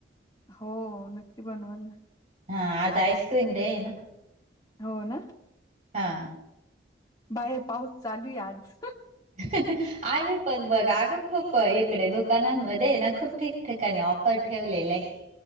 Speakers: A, on the left; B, on the right.
A: हो नक्की बनवल ना.
B: हा आज आईस्क्रीम डे ना.
A: हो ना.
B: हा.
A: बाहेर पाऊस चालू आहे आज.
B: हं हं हं. आहे पण बघ अगं खूप इकडे दुकानांमध्ये ना खूप ठिकठिकाणी ऑफर ठेवलेलं आहे.